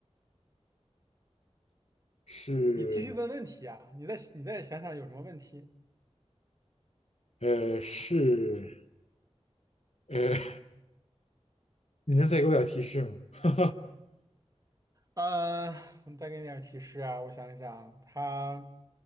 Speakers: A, on the left; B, on the right.
A: 是
B: 你继续问问题啊！你再你再想想有什么问题。
A: 呃是呃，<laughs> 你能再给我点提示吗？<laughs>
B: 嗯，我们再给你点儿提示啊，我想一想，他，